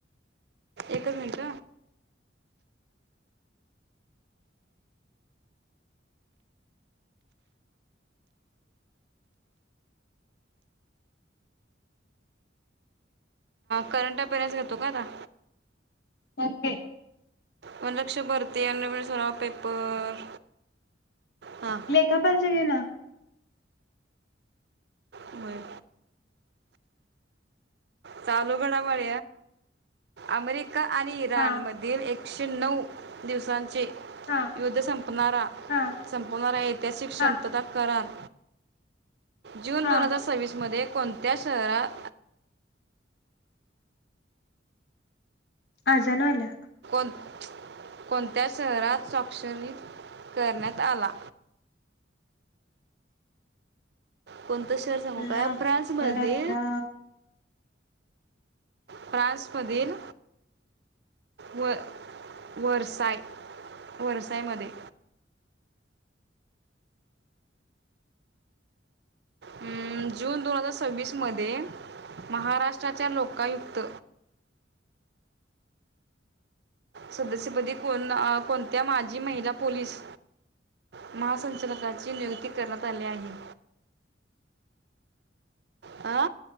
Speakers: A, on the right (about 65°); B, on the left (about 65°).
A: एक मिनट करंट अपेरन्स घेतो का आता
B: ओके
A: वनलक्ष भरती आणिम सरावा पेपर हां
B: लेखा पालच घे ना
A: बरं चालू घडामोड अमेरिका आणि इराण
B: हा
A: मधील एक एकशे नणऊ दिवसां जे
B: हा
A: युद्ध संपणारा
B: हा
A: संपवणारा ऐतिहासिक
B: हा
A: शांतता करण जून
B: हा
A: दोन हजार सव्वीसमध्ये कोणत्या शहरात
B: आजाण आल्या
A: <inaudible> कोणत्या शहरात स्वाक्षरणी करण्यात आला? कोणतं शहर सांगू
B: अल्लाह
A: काय
B: अकबर
A: फ्रान्स मधे
B: अल्लाह
A: फ्रान्समधील व वरसाय वरसायमध्ये अं, जून दोन हजार सव्वीसमध्ये महाराष्ट्राच्या लोकायुक्त सदस्यपदी कोण कोणत्या माजी महिला पोलीस महासं युक्तकाची नियुक्ती
B: अकबर
A: करण्यात आली आहे. हा